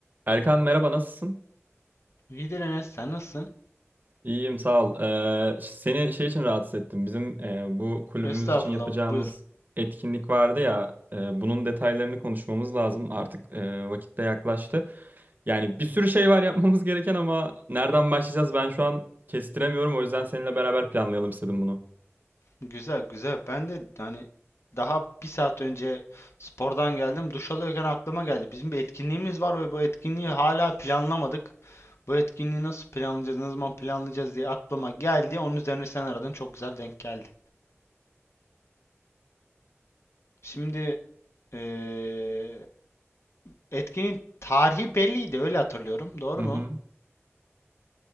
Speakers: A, on the right (about 40°); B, on the left (about 65°).
A: Erkan merhaba nasılsın?
B: İyidir Enes, sen nasılsın?
A: İyiyim sağ ol. Ee, seni şey için rahatsız ettim. Bizim e, bu kulübümüz
B: Estağfurullah,
A: için yapacağımız
B: buyur.
A: etkinlik vardı ya. e, bunun detaylarını konuşmamız lazım. Artık e, vakit de yaklaştı. Yani bir sürü şey var yapmamız <laughs> gereken ama nereden başlayacağız ben şu an kestiremiyorum. O yüzden seninle beraber planlayalım istedim bunu.
B: Güzel, güzel. Ben de hani daha bir saat önce spordan geldim. Duş alıyorken aklıma geldi. Bizim bir etkinliğimiz var ve bu etkinliği hala planlamadık. Bu etkinliği nasıl planlayacağız, ne zaman planlayacağız diye aklıma geldi. Onun üzerine sen aradın, çok güzel denk geldi. Şimdi eee, etkinin tarihi belliydi, öyle hatırlıyorum. Doğru
A: Hı hı.
B: mu?